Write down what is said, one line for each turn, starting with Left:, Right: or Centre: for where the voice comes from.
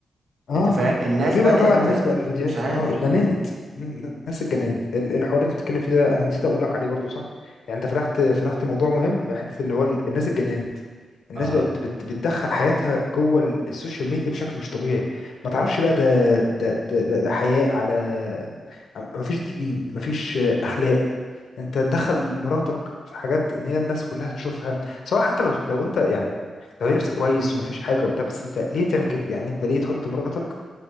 Left: اه
Right: انت فاهم
Left: اه
Right: الناس
Left: غير
Right: بدات
Left: بقى طبعا الناس بقى الفيديوهات
Right: مش عارف
Left: اه اتجننت مم، الناس اتجننت ال- الحوار اللي انت بتتكلم فيه ده انا نسيت اقول لك عليه برضو صح يعني انت فتحت فتحت موضوع مهم حته اللي هو ال- الناس اتجننت الناس
Right: اه
Left: بقت بت بتدخل حياتها جوه ال- السوشيال ميديا بشكل مش طبيعي ما تعرفش بقى ده ده ده ده, ده حياء على ما فيش دين ما فيش اخلاق انت تدخل مراتك في حاجات ان هي الناس كلها تشوفها سواء حتى لو لو انت يعني لو هي لابسه كويس ومفيش حاجه وبتاع بس انت ليه تعمل كده يعني انت ليه تحط مراتك